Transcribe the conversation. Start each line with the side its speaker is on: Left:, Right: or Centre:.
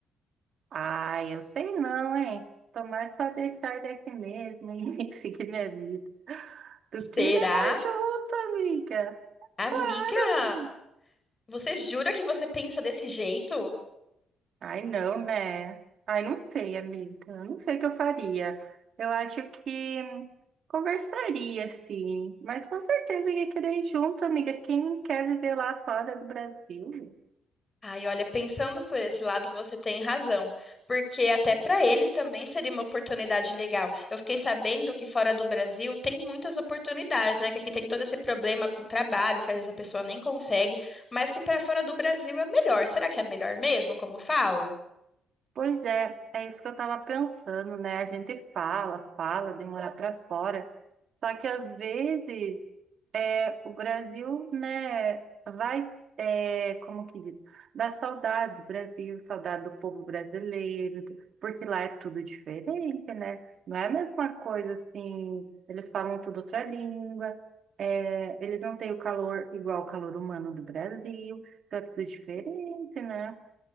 Right: Ah, eu sei não, hein? Tomar só deixar daqui mesmo e <laughs> seguir minha vida. Do que
Left: Será?
Right: levar junto, amiga? Claro,
Left: Amiga,
Right: amiga.
Left: Você jura que você pensa desse jeito?
Right: Ai, não, né? Ai, não sei, amiga. Eu Não sei o que eu faria. Eu acho que conversaria, sim. Mas com certeza ia querer ir junto, amiga. Quem quer viver lá fora do Brasil?
Left: Ai, olha, pensando por esse lado, você tem razão, porque até para eles também seria uma oportunidade legal. Eu fiquei sabendo que fora do Brasil tem muitas oportunidades, né? Que aqui tem todo esse problema com trabalho, que às vezes a pessoa nem consegue, mas que para fora do Brasil é melhor. Será que é melhor mesmo, como falam?
Right: Pois é, é isso que eu tava pensando, né? A gente fala, fala, demora pra fora. Só que às vezes. É, o Brasil, né, vai, é, como que diz, dá saudade do Brasil, saudade do povo brasileiro, do- porque lá é tudo diferente, né? Não é a mesma coisa assim, eles falam tudo outra língua, é, eles não têm o calor igual o calor humano do Brasil, então é tudo diferente, né?